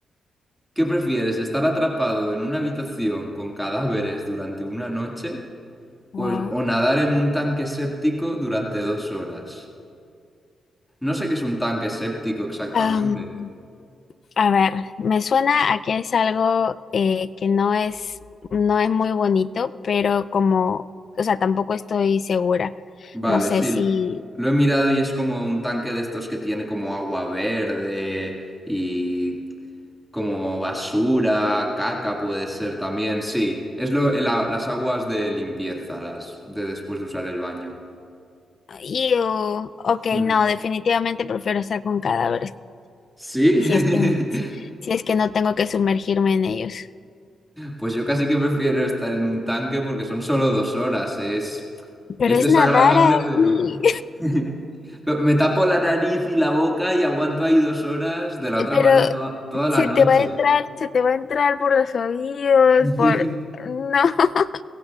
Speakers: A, in the centre; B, on the left.
A: ¿qué prefieres? ¿Estar atrapado en una habitación con cadáveres durante una noche
B: Wow.
A: o, o nadar en un tanque séptico durante dos horas? No sé qué es un tanque séptico exactamente.
B: Am, a ver, me suena a que es algo eh, que no es, no es muy bonito, pero como, o sea, tampoco estoy segura.
A: Vale,
B: No sé
A: sí,
B: si...
A: lo he mirado y es como un tanque de estos que tiene como agua verde y como basura, caca puede ser también, sí, es lo, eh, la- las aguas de limpieza, las de después de usar el baño.
B: Ew, ok,
A: Mm.
B: no, definitivamente prefiero estar con cadáveres.
A: ¿Sí?
B: si
A: <laughs>
B: es que, si es que no tengo que sumergirme en ellos.
A: Pues yo casi que prefiero estar en un tanque porque son solo dos horas, es,
B: Pero
A: es
B: es
A: desagradable,
B: nadar ahí.
A: pero... <laughs> pero Me tapo la nariz y la boca y aguanto ahí dos horas,
B: <laughs>
A: de la otra
B: Pero
A: manera toda, toda la
B: se
A: noche.
B: te va a entrar, se te va a entrar por los oídos,
A: <laughs>
B: por... No, <laughs>